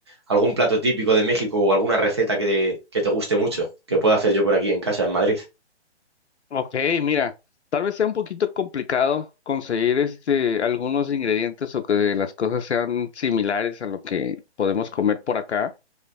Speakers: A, on the right; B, on the left.
A: algún plato típico de México o alguna receta que te, que te guste mucho que pueda hacer yo por aquí en casa, en Madrid?
B: Ok, mira, tal vez sea un poquito complicado conseguir este algunos ingredientes o que las cosas sean similares a lo que podemos comer por acá,